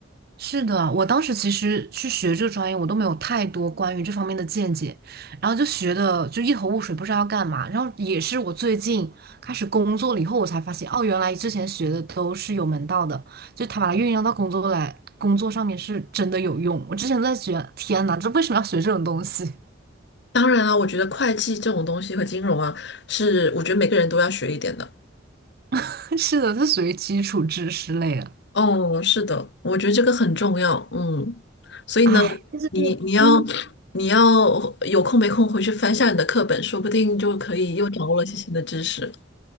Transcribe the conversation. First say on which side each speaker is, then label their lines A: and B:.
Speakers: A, on the right (about 55°); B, on the left (about 65°).
A: 是的，我当时其实去学这个专业，我都没有太多关于这方面的见解，然后就学的就一头雾水，不知道要干嘛。然后也是我最近开始工作了以后，我才发现，哦，原来之前学的都是有门道的，就他把它运用到工作来，工作上面是真的有用。我之前在学，天呐，这为什么要学这种东西？
B: 当然了，我觉得会计这种东西和金融啊，是我觉得每个人都要学一点的。
A: <laughs> 是的，它属于基础知识类的。
B: 哦，是的，我觉得这个很重要，嗯，所以呢，
A: 哎，
B: 你你要
A: 嗯。
B: 你要有空没空回去翻下你的课本，说不定就可以又掌握了一些新的知识。